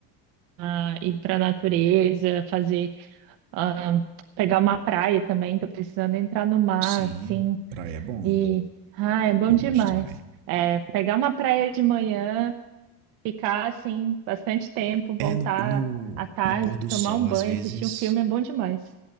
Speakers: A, on the right; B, on the right.
A: ah, ir para natureza, fazer, ah, pegar uma praia também. Tô precisando entrar no mar,
B: Sim,
A: assim.
B: praia é bom.
A: E ah, é bom
B: Eu
A: demais.
B: gosto também.
A: É, pegar uma praia de manhã, ficar assim bastante tempo, voltar
B: É no, no,
A: à tarde,
B: no pôr do
A: tomar
B: sol,
A: um
B: às
A: banho,
B: vezes,
A: assistir um filme é bom demais.